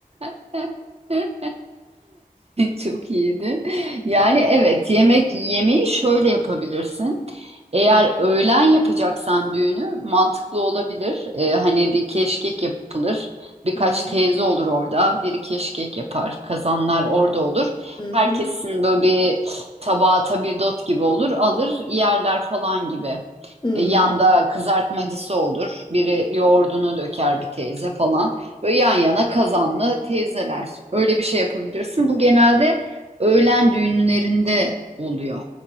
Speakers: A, on the right; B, on the left.
A: <laughs> Çok iyiydi. Yani evet yemek yemeği şöyle yapabilirsin. Eğer
B: hı.
A: öğlen yapacaksan düğünü mantıklı olabilir. Ee, hani bir keşkek yapılır. Birkaç
B: Hı hı.
A: teyze olur orada. Biri keşkek yapar. Kazanlar orada olur.
B: Hı hı.
A: Herkesin böyle bir tabağı tabildot gibi olur. Alır yerler falan gibi.
B: Hı
A: E, yanda kızartmacısı olur. Biri yoğurdunu döker bir teyze falan. Böyle yan yana kazanlı teyzeler. Öyle bir şey yapabilirsin. Bu genelde öğlen düğünlerinde oluyor.